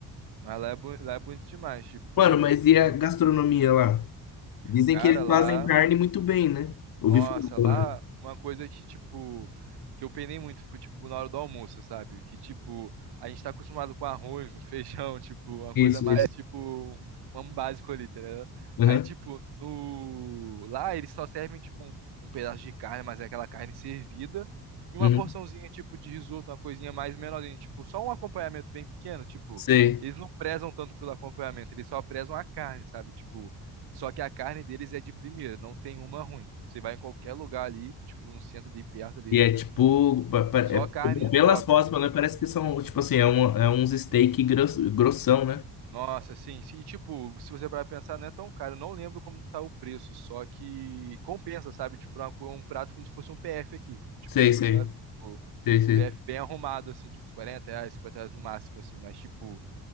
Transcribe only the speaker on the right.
mas lá é, bu- lá é bonito demais, tipo,
eu
fui,
ó,
cara,
lá.
Nossa,
lá
uma coisa que, tipo, que eu penei muito foi, tipo, na hora do almoço, sabe? Que, tipo, a gente tá acostumado com arroz, um feijão, <laughs> tipo, uma
coisa mais,
tipo, um básico ali, tá ligado?
Aí, tipo, no... lá eles só servem, tipo, um, um pedaço de carne, mas é aquela carne servida, e uma
porçãozinha, tipo, de risoto, uma coisinha mais menorzinha, tipo, só um acompanhamento bem pequeno, tipo,
eles não prezam tanto pelo acompanhamento, eles só prezam a carne, sabe? Tipo, só que a carne deles é de primeira, não tem uma ruim. Você vai em qualquer lugar ali, tipo no centro ali perto ali,
só carne
top.
só-
Nossa, assim, se tipo, se você vai pensar, não é tão caro. Eu Não lembro como tá o preço, só que compensa, sabe? Tipo, uma co- um prato como se fosse um PF aqui, tipo
isso,
sabe? Tipo,
um PF bem arrumado, assim, tipo, uns 40 reais, 50 reais no máximo, assim, mas tipo.